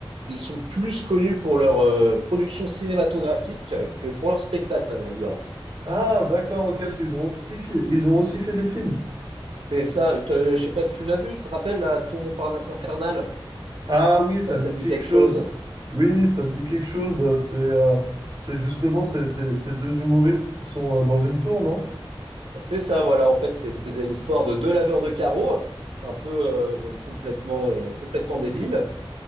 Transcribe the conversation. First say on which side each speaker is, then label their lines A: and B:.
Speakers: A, on the right; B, on the right.
A: ils sont plus connus pour leur euh, production cinématographique euh, que pour leur spectacle, à vrai dire.
B: Ah, d'accord, ok, parce qu'ils ont aussi fi- ils ont aussi fait des films.
A: C'est ça. t'as- Je sais pas si tu l'as vu. Tu te rappelles la Tour Montparnasse infernale?
B: Ah oui, ça
A: Je sais pas si
B: me
A: Ça
B: dit
A: te dit
B: quelque
A: quelque
B: chose.
A: chose.
B: Oui, ça me dit quelque chose. euh, C'est euh, c'est justement ces, ces- ces deux humoristes qui sont euh, dans une tour, non?
A: C'est ça, voilà. En fait, c'est d- l'histoire de deux laveurs de carreaux, un peu euh, même complètement euh, complètement débiles